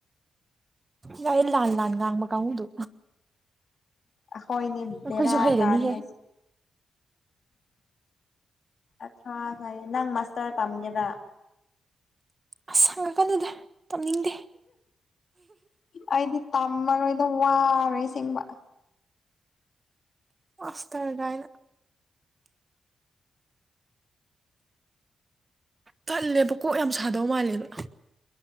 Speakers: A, on the right; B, on the left.
A: ꯌꯥꯎꯋꯦ ꯂꯥꯟ ꯂꯥꯟ ꯉꯥꯡꯕ ꯀꯥꯡꯒꯨꯗꯨ
B: ꯑꯈꯣꯏꯅꯤ
A: ꯑꯩꯈꯣꯏꯁꯨ
B: ꯕꯦꯔꯥ
A: ꯍꯩꯔꯅꯤꯍꯦ
B: ꯀꯥꯅꯤ ꯉꯁꯤ ꯑꯊ꯭ꯔꯥꯐꯥꯎ ꯅꯪ ꯃꯥꯁꯇꯔ ꯇꯝꯒꯦꯔꯥ
A: ꯑꯁ ꯍꯪꯉꯀꯥꯟꯅꯗꯦ ꯇꯝꯅꯤꯡꯗꯦ
B: ꯑꯩꯗꯤ ꯇꯝꯃꯔꯣꯏꯗ ꯋꯥꯔꯦ ꯑꯁꯦꯡꯕ
A: ꯑꯁ ꯇꯧꯕꯥꯏꯅ ꯇꯜꯂꯦꯕ ꯀꯣꯛ ꯌꯥꯝ ꯁꯥꯗꯧ ꯃꯥꯜꯂꯦꯕ